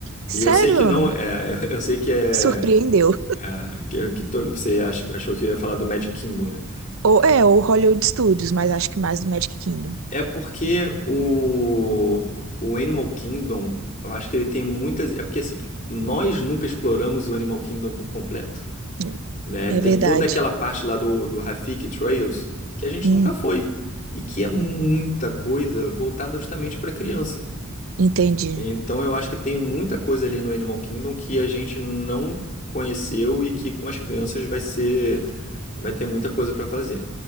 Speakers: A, on the right; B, on the left.
A: Sério?
B: E eu sei que não é, <laughs> eu sei que é,
A: Surpreendeu.
B: é, que, que to- você ach- achou que eu ia falar do Magic Kingdom, né?
A: Ou é, ou Hollywood Studios, mas acho que mais do Magic Kingdom.
B: É porque o, o Animal Kingdom, eu acho que ele tem muitas. É porque assim, nós nunca exploramos o Animal Kingdom por completo,
A: né?
B: né?
A: É
B: Tem
A: verdade.
B: toda aquela parte lá do, do Rafiki Trails que a gente
A: Hum,
B: nunca foi e que é muita coisa voltada justamente para criança.
A: entendi.
B: Então eu acho que tem muita coisa ali no Animal Kingdom que a gente não conheceu e que com as crianças vai ser, vai ter muita coisa para fazer.